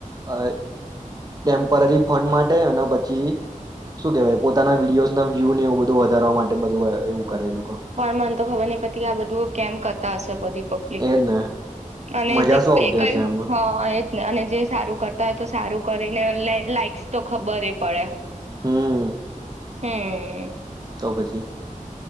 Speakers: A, on the right (about 30°); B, on the right (about 55°).
A: અ ટેમ્પરરી ફંડ માટે અને પછી શું કેવાય પોતાના વિડીયોઝ ના વ્યુ ને એવું બધું વધારવા માટે બધું એવું કરેલું.
B: પણ મન તો ખબર નહી પતિ આ બધું કેમ કરતા હશે બધી પ્લિક
A: એજ ને
B: અને
A: મજા
B: એ જે
A: શું
B: કઈ
A: આવતી હશે એમાં
B: હ એજ ને સારું કરતા હોય તો સારું. કરીને એ લાઈક્સ તો ખબર પડે.
A: હમ્મ.
B: હમ્મ.
A: તો પછી.